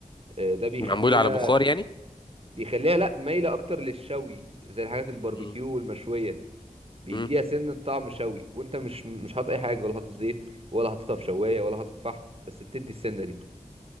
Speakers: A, on the right (about 45°); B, on the left (about 35°).
A: آه، ده بيخليها
B: معمولة على بخار يعني
A: بيخليها لا مايله اكتر للشوي زي الحاجات الباربيكيو
B: مم.
A: والمشويه بيديها
B: مم.
A: سن طعم شوي وانت مش مش حاطط اي حاجه ولا حاطط زيت ولا حاططها في شوايه ولا حاطط فحم بس بتدي السنه دي